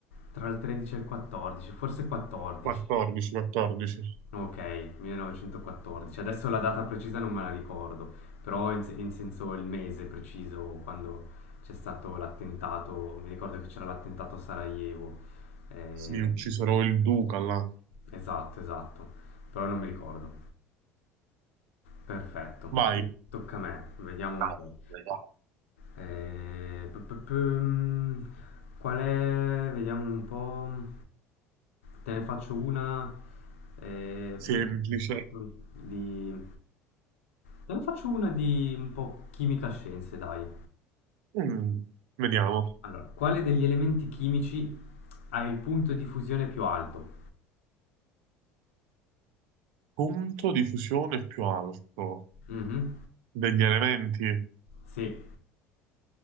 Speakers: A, on the left; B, on the right.
A: tra il 13 e il 14, forse 14.
B: 14, 14.
A: Ok, 1914. Adesso la data precisa non me la ricordo, però in, se- in senso il mese preciso quando c'è stato l'attentato, mi ricordo che c'era l'attentato a Sarajevo. Eh,
B: Sì, uccisero il duca là.
A: Esatto, esatto, però non mi ricordo. Perfetto.
B: Vai,
A: Tocca a me, vediamo un
B: Caspita.
A: po'. Eh, pu- pu- pu- qual è? Vediamo un po'. Te ne faccio una eh,
B: semplice.
A: pu- pu- pu- di... Te ne faccio una di un po' chimica scienze, dai.
B: Mm, vediamo.
A: Allora, quale degli elementi chimici ha il punto di fusione più alto?
B: Punto di fusione più alto
A: Mhm.
B: degli elementi.
A: Sì.